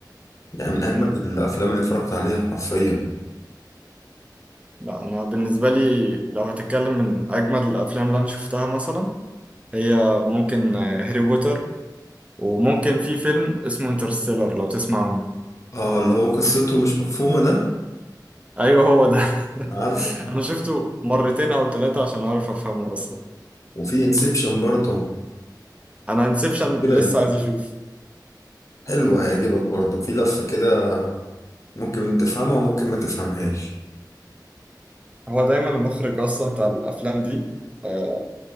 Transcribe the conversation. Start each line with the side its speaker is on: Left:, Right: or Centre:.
Left: يعني من أجمل
Right: مم.
Left: الأفلام اللي اتفرجت عليها حرفيا
Right: لا أنا بالنسبة لي لو هتتكلم من أجمد الأفلام اللي أنا شفتها مثلا هي ممكن هاري بوتر وممكن في فيلم اسمه انترستيلر لو تسمع عنه
Left: اه اللي هو قصته مش مفهومة ده
Right: ايوه هو ده
Left: عارف
Right: <laughs> انا شفته مرتين او ثلاثة عشان اعرف افهمه اصلا
Left: وفي انسبشن برضه
Right: انا انسبشن
Left: لا
Right: لسه عايز اشوف
Left: حلوة هيعجبك برضه في لفة كده ممكن تفهمها وممكن ما تفهمهاش
Right: هو دايما المخرج اصلا بتاع الافلام دي آه،